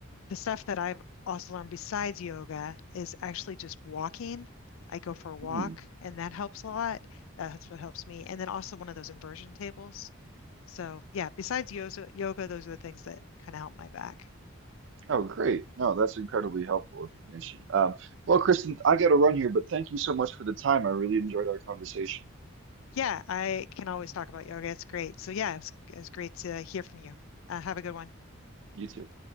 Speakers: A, on the left (about 75°); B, on the right (about 60°).
A: the stuff that I've also learned besides yoga is actually just walking. I go for a walk,
B: Hmm.
A: and that helps a lot. That's what helps me. And then also one of those inversion tables. So yeah, besides yoga, yoga, those are the things that kind of help my back.
B: Oh, great. No, that's incredibly helpful information. Um, well, Kristen, I got to run here, but thank you so much for the time. I really enjoyed our conversation.
A: Yeah, I can always talk about yoga. It's great. So yeah, it was, it was great to hear from you. Uh, have a good one.
B: You too.